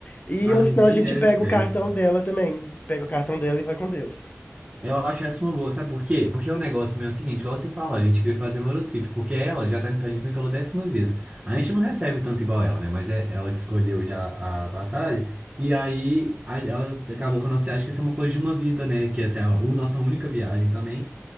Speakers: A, on the left (about 35°); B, on the right (about 25°).
A: E
B: Ah,
A: ou senão
B: quem
A: a gente
B: dera
A: pega
B: eu tivesse.
A: o cartão dela também, pega o cartão dela e vai com Deus. <laughs>
B: Eu acho essa uma boa, sabe por quê? Porque o negócio também é o seguinte, igual você falou, a gente queria fazer uma Eurotrip, porque ela já tá indo pra Disney pela décima vez. A gente não recebe tanto igual ela, né? Mas é ela que escolheu já a passagem, e aí a- ela acabou com a nossa viagem, que essa é uma coisa de uma vida, né? Que essa é a u- nossa única viagem também,